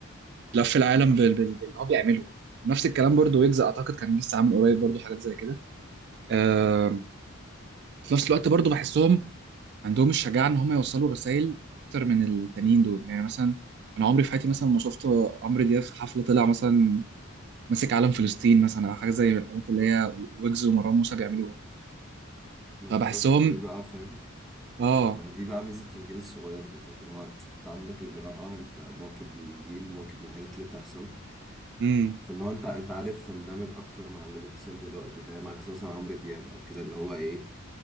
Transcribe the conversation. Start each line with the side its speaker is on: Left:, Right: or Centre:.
Right: لف العالم بال- بال- باللي هو بيعمله نفس الكلام برضو ويجز اعتقد كان لسه عامل قريب برضو حاجات زي كده آه، في نفس الوقت برضو بحسهم عندهم الشجاعة إن هم يوصلوا رسائل أكتر من التانيين دول يعني مثلا أنا عمري في حياتي مثلا ما شفت عمرو دياب في حفلة طلع مثلا ماسك علم فلسطين مثلا أو حاجة زي الحاجات اللي
Centre: بالظبط
Right: هي ويجز ومروان موسى بيعملوها
Centre: ما
Right: فبحسهم
Centre: بالظبط ما دي بقى فاهم
Right: آه
Centre: ما دي بقى ميزه الجيل الصغير بالذات اللي هو انت عندك الجراءه انت مواكب للجيل مواكب للحاجات اللي بتحصل
Right: امم
Centre: فاللي هو انت انت عارف تندمج اكتر مع اللي بيحصل دلوقتي فاهم عكس مثلا عمرو دياب او كده اللي هو ايه